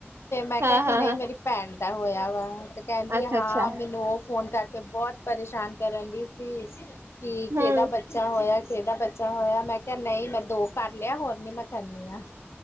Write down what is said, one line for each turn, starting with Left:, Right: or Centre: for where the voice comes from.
Left: ਤੇ ਮੈਂ
Right: ਹਾਂ
Left: ਕਿਹਾ ਕਿ
Right: ਹਾਂ
Left: ਨਹੀਂ
Right: ਹਾਂ
Left: ਮੇਰੀ ਭੈਣ ਦਾ ਹੋਇਆ ਵਾ ਤੇ ਕਹਿੰਦੀ
Right: ਅੱਛਾ
Left: ਹਾਂ
Right: ਅੱਛਾ
Left: ਮੈਨੂੰ ਉਹ ਫੋਨ ਕਰਕੇ ਬਹੁਤ ਪਰੇਸ਼ਾਨ ਰਹਿੰਦੀ ਸੀ ਕਿ ਕਿਹਦਾ
Right: ਹੂੰ
Left: ਬੱਚਾ ਹੋਇਆ ਕਿਹਦਾ ਬੱਚਾ ਛਾ ਹੋਇਆ ਮੈਂ ਕਿਹਾ ਨਹੀਂ ਮੈਂ ਦੋ ਕਰ ਲਿਆ ਹੋਰ ਨੀ ਮੈਂ ਕਰਨੀ ਆ।